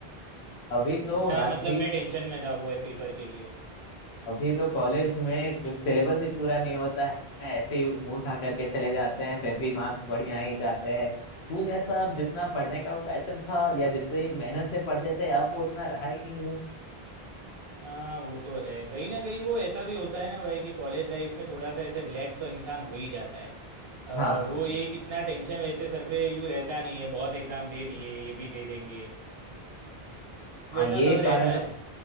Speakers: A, on the left; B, on the right.
A: अभी तो
B: इतना
A: आदमी
B: मतलब मैं टेंशन में था वो है पेपर के लिए
A: अभी तो कॉलेज में सिलेबस ही पूरा नहीं होता है ऐसे ही मुंह उठा करके चले जाते हैं फिर भी मार्क्स बढ़िया ही जाते हैं स्कूल जैसा अब जितना पढ़ने का वो पैशन था या जितनी मेहनत से पढ़ते थे अब वो उतना रहा ही नहीं है
B: हाँ वो तो है कहीं ना कहीं वो ऐसा भी होता है ना भाई कि कॉलेज लाइफ में थोड़ा सा ऐसे रिलैक्स तो इंसान हो ही जाता है अ,
A: हाँ हाँ
B: वो
A: हाँ
B: एक इतना टेंशन वैसे सर पे यूँ रहता नहीं है बहुत एग्ज़ाम दे दिए ये भी दे देंगे वैसा
A: हाँ ये
B: सब
A: कारण
B: रहता है
A: तो